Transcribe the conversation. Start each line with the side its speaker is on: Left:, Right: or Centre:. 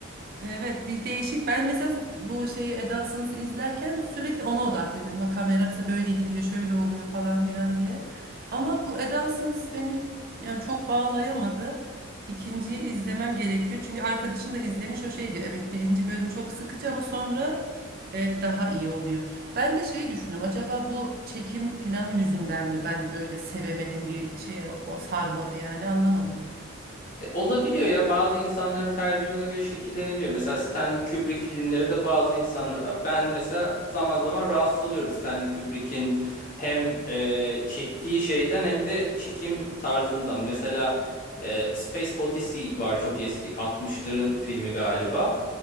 Right: Evet bir değişik. Ben mesela bu şeyi Eda Sınıf'ı izlerken sürekli ona odaklıydım. Bak kamera mesela böyle gidiyor, şöyle oluyor falan filan diye. Ama bu Eda Sınıf beni yani çok bağlayamadı. İkinciyi izlemem gerekiyor. Çünkü arkadaşım da izlemiş o şey diyor. Evet birinci bölüm çok sıkıcı ama sonra e, daha iyi oluyor. Ben de şey düşündüm. Acaba bu çekim planı yüzünden mi ben böyle sevemedim bir şeye o sarmadı yani anlamadım.
Left: E, Olabiliyor ya bazı insanların tercihi ona göre şekillenebiliyor. Mesela Stanley Kubrick filmleri de bazı insanlar ben mesela zaman zaman rahatsız oluyorum Stanley Kubrick'in hem e, çektiği şeyden hem de çekim tarzından. Mesela e, Space Odyssey var çok eski 60'ların filmi galiba